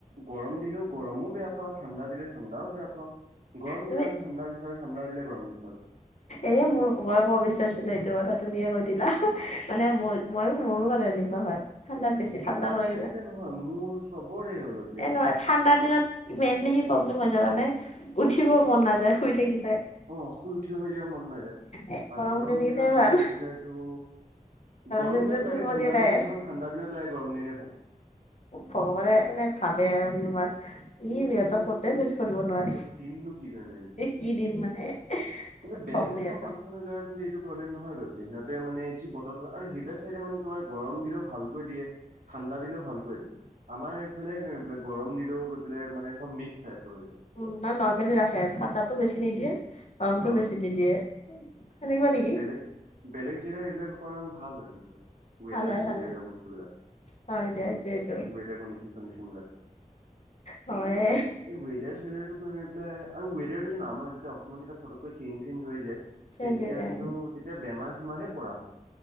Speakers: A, on the right; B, on the left.
A: গৰম দিলেও গৰমো বেয়া পাওঁ ঠাণ্ডা দিলে ঠাণ্ডাও বেয়া পাওঁ। গৰম
B: তুমি
A: দিলে আমি ঠাণ্ডা বিচাৰো ঠাণ্ডা দিলে গৰম বিচাৰো।
B: এ মোৰ মই ক'ব বিচাৰিছিলো এইটো কথা তুমিয়ে কৈ দিলা মানে মোৰ মইয়ো মোৰলগত এনেকুৱা হয় ঠাণ্ডাত বেছি
A: তোমাৰ
B: ঠাণ্ডা হ'ব লাগিলে
A: বুলি পেলাই নহয় মোৰ চবৰে হৈ গ'ল
B: এ নহয় ঠাণ্ডা দিনত মেইনলি কি প্ৰব্লেম হয় জানানে উঠিব মন নাযায় শুই থাকিলে।
A: অ শুই উঠিব মেলিব মন নাযায়
B: এ
A: আৰু গৰম
B: দিনকেইটাই
A: দিনত
B: ভাল
A: গৈ মেলি পেলাই এইটো গৰম
B: দিনটোত
A: দিনত লাগে
B: টোপনি
A: ঠাণ্ডা
B: নাহে
A: দিনে ভাল ঠাণ্ডা দিনত লাগে গৰম দিনে ভাল।
B: ভগৱানে মানে ভাবে আৰু তোমাৰ ই ব্যক- কতে মিছ কৰিব নোৱাৰি
A: সিহঁতক দিমনো কি গৈ মেলি পেলাই
B: কি দিম মানে
A: কিন্তু
B: থম
A: বেলেগ দেশৰ
B: ইহঁতক
A: মানুহ বিলাকে কিন্তু এইটো প্ৰব্লেম নহয় গৈ পিনে সিহঁতে মানে যি বতৰটো আৰু সেইবিলাক চাইটে মানে তোমাৰ গৰম দিলেও ভালকৈ দিয়ে। ঠাণ্ডা দিলেও ভালকৈ দিয়ে। আমাৰ এইফালে গৈ পেলাই গৰম দিলেও গৈ পেলাই মানে চব মিক্স টাইপৰ হৈ যায়।
B: উ না নৰৰ্মেলি ৰাখে ঠাণ্ডাটো বেছি নিদিয়ে গৰমটো
A: ন
B: বেছি নিদিয়ে। সেনেকুৱা নেকি
A: বেলেগ বেলেগ জেগাই এইবিলাক কৰন ভাল হয় কিন্তু ৱেদাৰ
B: ভালে
A: চোৱেদাৰ
B: ভালে
A: এইবিলাক বস্তুবিলাক
B: হয় দিয়া এইটো এইটো
A: ৱেদাৰ কনডিচন চনডিচন বিলাক
B: হয়ে
A: এই ৱেডাৰ চোৱেদাৰ টো গৈ মেই পেলাই আৰু ৱেডাৰটো যেন আমাৰ যেতিয়া অসমত যেতিয়া ফটককৈ চেঞ্জ চেঞ্জ হৈ যায়
B: চেঞ্জ
A: সেই তেতিয়া
B: হৈ যায়
A: কিন্তু তেতিয়া বেমাৰ চেমাৰহে পৰা হয়।